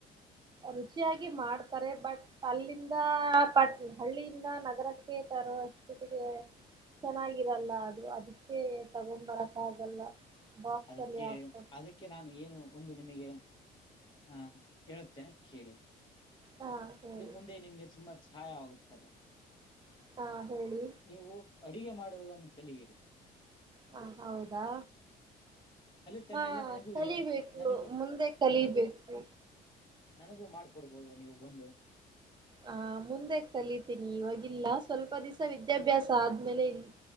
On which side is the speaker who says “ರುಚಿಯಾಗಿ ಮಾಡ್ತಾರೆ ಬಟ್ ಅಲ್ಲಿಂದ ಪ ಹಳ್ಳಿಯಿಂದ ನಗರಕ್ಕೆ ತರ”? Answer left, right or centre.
Right